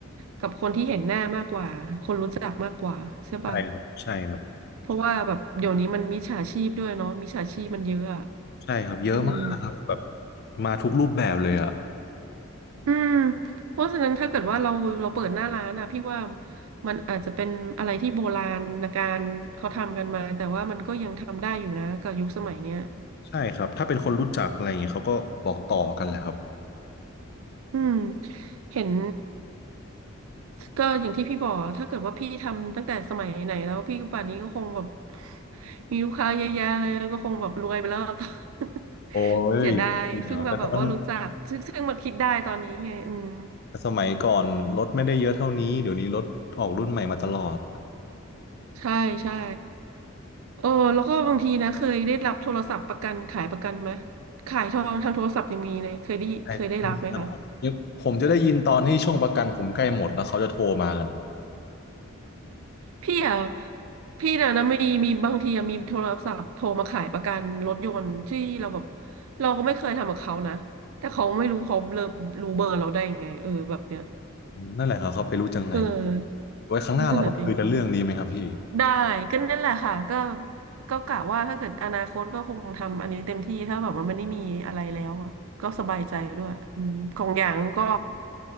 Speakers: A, on the right (about 80°); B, on the left (about 50°).
A: กับคนที่เห็นหน้ามากกว่าคนรู้จักมากกว่าใช่ป่ะ
B: ใช่ครับใช่ครับ
A: เพราะว่าแบบเดี๋ยวนี้มันมิจฉาชีพด้วยเนาะมิจฉาชีพมันเยอะอะ
B: ใช่ครับเยอะมากครับแบบ
A: อืม
B: มาทุกรูปแบบเลยอ่ะ
A: อืมเพราะฉะนั้นถ้าเกิดว่าเราเราเปิดหน้าร้านอ่ะพี่ว่ามันอาจจะเป็นอะไรที่โบราณการเขาทำกันมาแต่ว่ามันก็ยังทำได้อยู่นะกับยุคสมัยเนี้ย
B: ใช่ครับถ้าเป็นคนรู้จักอะไรอย่างเงี้ยเขาก็บอกต่อกันแหละครับ
A: อืมเห็นก็อย่างที่พี่บอกอะถ้าเกิดว่าพี่ทำตั้งแต่สมัยไหนแล้วพี่ป่านนี้ก็คงแบบมีลูกค้าเยอะแยะเลยแล้วก็คงแบบรวยไปแล้ว <laughs>
B: โอ้ยไม่เกี่ยวแต่ตอน
A: เสียดายเพิ่งมาแบบว่ารู้จักซึ่งซึ่งมาคิดได้ตอนนี้ไงอืม
B: สมัยก่อนรถไม่ได้เยอะเท่านี้เดี๋ยวนี้รถออกรุ่นใหม่มาตลอด
A: ใช่ใช่ เออแล้วก็บางทีนะเคยได้รับโทรศัพท์ประกันขายประกันไหมขายทองทางโทรศัพท์ยังมีเลยเคยได้เคยได้รับไหมคะ
B: ใช่มีตลอดผมจะได้ยินตอนที่ช่วงประกันผมใกล้หมดแล้วเขาจะโทรมากัน
A: พี่อ่ะพี่น่ะนะมีมีบางทีอะมีโทรศัพท์โทรมาขายประกันรถยนต์ที่เราแบบเราก็ไม่เคยทำกับเขานะแต่เขาไม่รู้เขาเลอรู้เบอร์เราได้ยังไงเออแบบเนี้ย
B: นั่นแหละครับเขาไปรู้จังไหน
A: เออ
B: ไว้ครั้งหน้าเรามาคุยกันเรื่องนี้ไหมครับพี่
A: นั่นแหละดิได้ก็นั่นแหละค่ะก็ก็กะว่าถ้าเกิดอนาคตก็คงทำอันนี้เต็มที่ถ้าแบบว่ามันไม่ได้มีอะไรแล้วอะก็สบายใจด้วยอืมของอย่างก็